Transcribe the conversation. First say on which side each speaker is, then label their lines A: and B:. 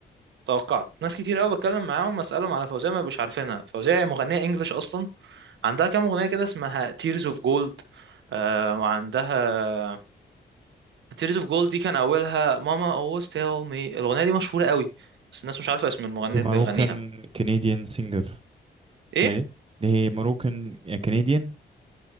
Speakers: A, on the right (about 75°); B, on the right (about 30°).
A: توقعت ناس كتير قوي بتكلم معاهم اسالهم على فوزية ما يبقوش عارفينها فوزية هي مغنية انجلش اصلا عندها كام اغنية كده اسمها تيرز اوف جولد وعندها تيرز اوف جولد دي كان اولها ماما always tell me الاغنية دي مشهورة قوي بس الناس مش عارفة اسم المغني
B: دي ماروكان
A: اللي بيغنيها
B: كنديان سينجر
A: ايه
B: هادي دي ماروكان كنديان